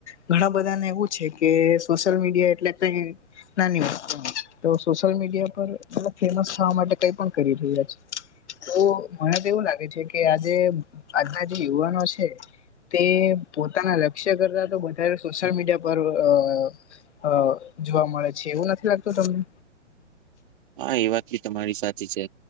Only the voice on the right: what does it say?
હા એ વાત બી તમારી સાચી છે.